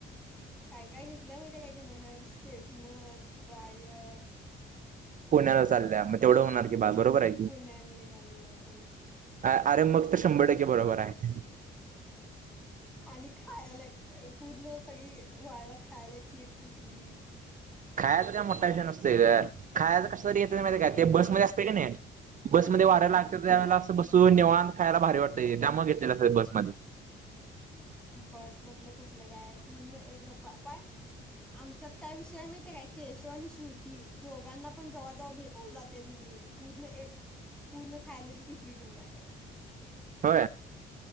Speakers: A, in the centre; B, on the right.
A: काय काय घेतल्याय माहीते काय तिनं हेअर्स स्ट्रेटनर ड्रायर
B: पुण्याला चालल्या मग तेवढं होणार की बा बरोबर आहे
A: पुण्याले नवी मुंबई
B: अ अरे मग तर शंभर टक्के बरोबर आहे
A: आणि खायला अ.. पूर्ण सगळी वाळ खायलायची एक पिशवी
B: खायच काय मोठा विषय नसतय ग खायच कस तरी येत माहिती काय ते बसमध्येध असते कि नही बसमध्ये
A: हम्म
B: वाऱ्या लागतं त्या वेळा अस बस.... तू निवांत खायला भारी वाटतय त्या मग घेतलेला बस मध्ये
A: बस मधले कुठलं काय आहे पूर्ण एक डब्बा पाय आमच्यात काय विषय माहीती काय केशव आणि श्रुती दोघांना पण जवाजवा भेटायला जाते कि पूर्ण एक पूर्ण खायलाची पिशवी घेऊन जाते
B: ह